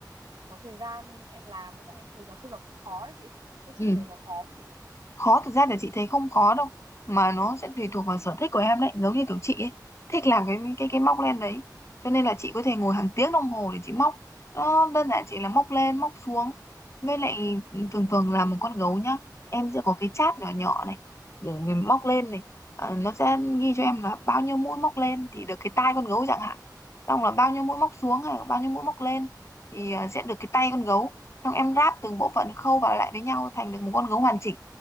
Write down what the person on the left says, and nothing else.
Ừ.
khó thực ra là chị thấy không khó đâu mà nó sẽ tùy thuộc vào sở thích của em đấy giống như kiểu chị ấy thích làm cái cái cái móc len đấy cho nên là chị có thể ngồi hàng tiếng đồng hồ để chị móc nó đơn giản chỉ là móc lên móc xuống với lại thường thường là một con gấu nhá em sẽ có cái chát nhỏ nhỏ này để mình móc lên này Ờ, nó sẽ ghi cho em là bao nhiêu mũi móc lên thì được cái tai con gấu chẳng hạn xong là bao nhiêu mũi móc xuống hay là bao nhiêu mũi móc lên thì ờ, sẽ được cái tay con gấu xong em ráp từng bộ phận khâu vào lại với nhau thành được một con gấu hoàn chỉnh